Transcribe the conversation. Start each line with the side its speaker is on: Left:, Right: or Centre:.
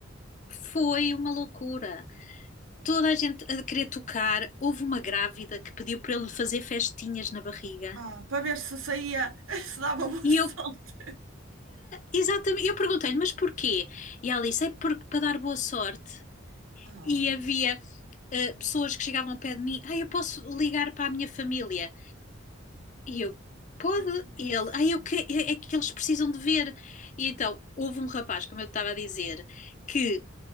Left: foi uma loucura. Toda a gente a querer tocar, houve uma grávida que pediu para ele fazer festinhas na barriga.
Right: Ah, para ver se saía, <laughs> se dava boa
Left: E
Right: sorte.
Left: eu, exatamente, eu perguntei-lhe, mas porquê? E ela disse, é porque para dar boa sorte.
Right: Ah,
Left: e havia eh, pessoas que chegavam ao pé de mim, ah, eu posso ligar para a minha família? E eu, pode?
Right: ai que engraçado.
Left: E ele, ah, eu que, é é que eles precisam de ver. E então, houve um rapaz, como eu estava a dizer, que